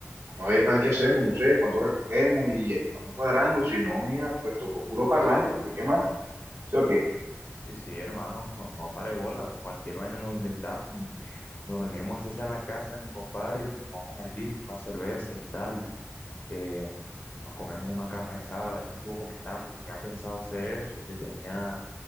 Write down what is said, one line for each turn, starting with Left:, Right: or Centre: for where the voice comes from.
Right: vamos a ver para qué hacemos, no sé, cuánto recogemos y ahí vamos cuadrando, si no, mija, pues tocó puro parlante, porque qué más, ¿sí o qué?
Left: Sí, sí, hermano, <laughs> no, no pare bola, cualquier vaina nos inventamos y nos reunimos así sea en la casa de mi compadre y nos tomamos alguito, una cerveza y tal, eh, nos comemos una carne asada, él me estuvo comentando que tenía pensado hacer eso, que tenía